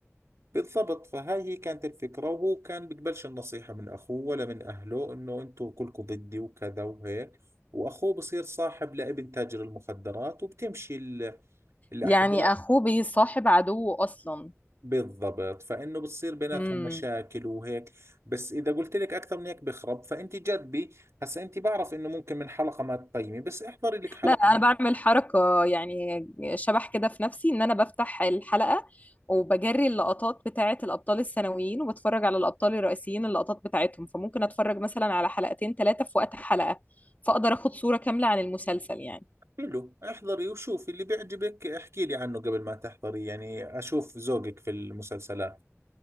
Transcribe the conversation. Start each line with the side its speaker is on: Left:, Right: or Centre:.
Right: بالضبط فهاي هي كانت الفكرة وهو كان بيقبلش النصيحة من أخوه ولا من أهله إنه أنتوا كلكم ضدي وكذا وهيك وأخوه بصير صاحب لابن تاجر المخدرات وبتمشي ال- الأحداث
Left: يعني اخوه بيصاحب عدوه اصلا
Right: بالضبط فإنه بتصير بيناتهم
Left: امم
Right: مشاكل وهيك بس إذا قلت لك أكثر من هيك بخرب فأنت جربي هسا أنت بعرف إنه ممكن من حلقة ما تقيمي بس احضري لك حلقة
Left: لا انا
Right: من
Left: بعمل حركه يعني شبح كده في نفسي ان انا بفتح الحلقه وبجري اللقطات بتاعه الابطال الثانويين وبتفرج على الابطال الرئيسيين اللقطات بتاعتهم فممكن اتفرج مثلا على حلقتين ثلاثه في وقت حلقه فاقدر اخد صوره كامله عن المسلسل يعني
Right: حلو احضري وشوفي اللي بيعجبك احكي لي عنه قبل ما تحضري يعني أشوف ذوقك في المسلسلات